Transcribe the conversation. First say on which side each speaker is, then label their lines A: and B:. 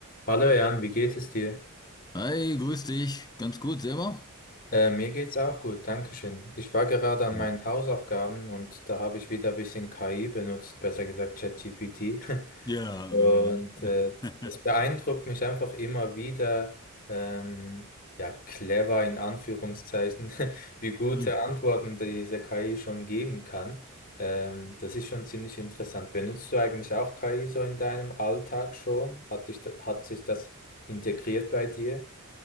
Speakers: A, on the left; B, on the left.
A: Hallo Jan, wie geht es dir?
B: Hi, grüß dich. Ganz gut, selber?
A: Äh, mir geht's auch gut, Dankeschön. Ich war gerade an
B: Hm.
A: meinen Hausaufgaben und da habe ich wieder ein bisschen KI benutzt, besser gesagt ChatGPT. <laughs>
B: Ja,
A: Und
B: ähm,
A: äh,
B: <laughs>
A: das beeindruckt mich einfach immer wieder, ähm, ja, clever in Anführungszeichen, <laughs> wie gute
B: Hm.
A: Antworten diese KI schon geben kann. Ähm, das ist schon ziemlich interessant. Benutzt du eigentlich auch KI so in deinem Alltag schon? Hat dich, hat sich das integriert bei dir?